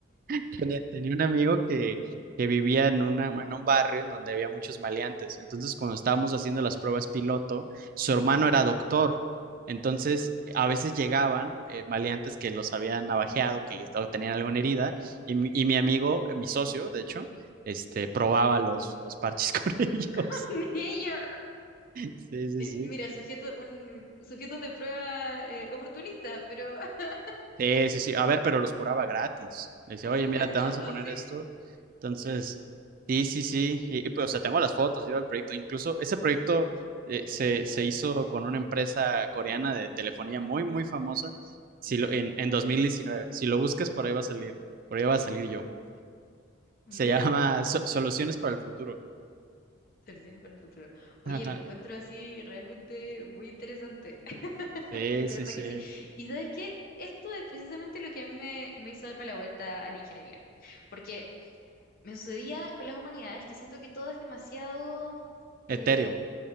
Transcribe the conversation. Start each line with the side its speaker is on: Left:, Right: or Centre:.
Right: Tenía, tenía un amigo que, que vivía en, una, en un barrio en donde había muchos maleantes. Entonces, cuando estábamos haciendo las pruebas piloto, su hermano
Left: <laughs>
Right: era doctor. Entonces, a veces llegaban eh, maleantes que los habían navajeado, que les, o tenían alguna herida,
Left: Ya.
Right: y, mi y mi amigo, mi socio, de hecho, este, probaba los, los parches <laughs> con
Left: <laughs>
Right: ellos.
Left: Ella,
Right: Sí, sí, sí.
Left: mira, sujeto, un sujeto de prueba eh, oportunista, pero <laughs>
Right: Sí, sí, sí. A ver, pero los curaba gratis. Le decía,
Left: por
Right: oye,
Left: supuesto,
Right: mira, te vamos
Left: no,
Right: a poner
Left: sí.
Right: esto. Entonces, sí, sí, sí. Y, y, pues, o sea, tengo las fotos yo del proyecto. Incluso ese proyecto eh, se, se
Left: no,
Right: hizo con una empresa coreana de telefonía muy, muy famosa si
Left: Ya.
Right: lo, en, en dos mil diecinueve Si lo buscas, por ahí va a salir. Por ahí va a salir
Left: Oh,
Right: yo.
Left: Mira
Right: Se llama
Left: tú,
Right: So- Soluciones para el Futuro.
Left: soluciones para el futuro. Oye,
Right: Ajá.
Left: lo encuentro así realmente muy interesante. <laughs>
Right: Sí,
Left: De
Right: sí,
Left: verdad
Right: sí.
Left: que sí. Y sabes qué, esto es precisamente lo que a mí me, me hizo darme la vuelta a la ingeniería. Porque me sucedía con las humanidades que siento que todo es demasiado, eh,
Right: Ethereum.